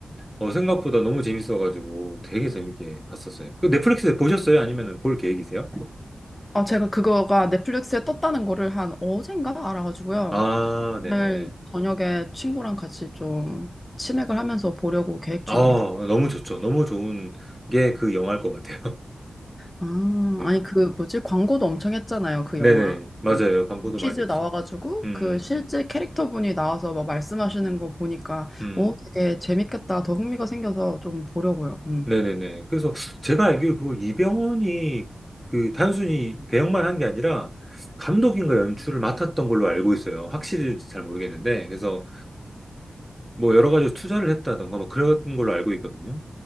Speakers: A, in the centre; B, on the left.
A: 어 생각보다 너무 재밌어가지고 되게 재밌게 봤었어요. 그 넷플릭스에 보셨어요? 아니면 볼 계획이세요?
B: 아, 제가 그거가 넷플릭스에 떴다는 거를 한 어젠가 알아가지고요.
A: 아, 네네.
B: 오늘 저녁에 친구랑 같이 좀 치맥을 하면서 보려고 계획
A: 아,
B: 중입니다.
A: 너무 좋죠. 너무 좋은 게 그 영화일 것 같아요.
B: 아,
A: <laughs>
B: 아니 그 뭐지? 광고도 엄청 했잖아요, 그
A: 네네,
B: 영화.
A: 맞아요.
B: 음.
A: 광고도
B: 퀴즈
A: 많이
B: 나와가지고
A: 했어. 음,
B: 그 실제 캐릭터분이 나와서 막 말씀하시는 거 보니까
A: 음,
B: 어,
A: 음.
B: 되게 재밌겠다. 더 흥미가 생겨서 좀 보려고요. 음.
A: 네네네. 그래서 제가 알기로 그걸 이병헌이 그 단순히 배역만 한 게 아니라 감독인가 연출을 맡았던 걸로 알고 있어요. 확실히 잘 모르겠는데. 그래서 뭐 여러 가지 투자를 했다던가 뭐 그런 걸로 알고 있거든요.